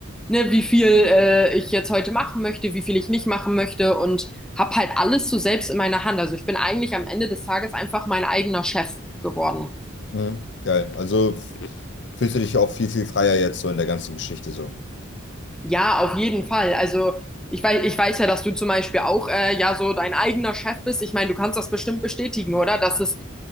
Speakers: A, in the centre; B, on the left.
A: ne, wie viel äh, ich jetzt heute machen möchte, wie viel ich nicht machen möchte und habe halt alles so selbst in meiner Hand. Also ich bin eigentlich am Ende des Tages einfach mein eigener Chef geworden.
B: Mhm. Geil. Also f- fühlst du dich auch viel, viel freier jetzt so in der ganzen Geschichte so.
A: Ja, auf jeden Fall. Also ich weiß, ich weiß ja, dass du zum Beispiel auch äh, ja so dein eigener Chef bist. Ich meine, du kannst das bestimmt bestätigen, oder? Dass es